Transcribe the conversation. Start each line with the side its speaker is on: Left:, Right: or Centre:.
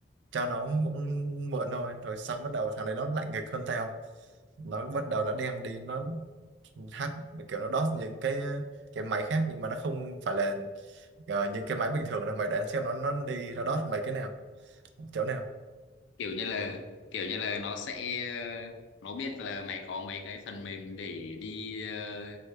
Right: cho nó cũng mượn thôi rồi xong bắt đầu thằng đấy nó lạnh nghịch hơn tao nó bắt đầu nó đem đi nó hack kiểu nó đốt những cái cái máy khác nhưng mà nó không phải là ờ, những cái máy bình thường đâu mày đoán xem nó nó đi nó đốt mấy cái nào chỗ nào
Left: kiểu như là kiểu như là nó sẽ ờ, nó biết là mày có mấy cái phần mềm để đi ờ,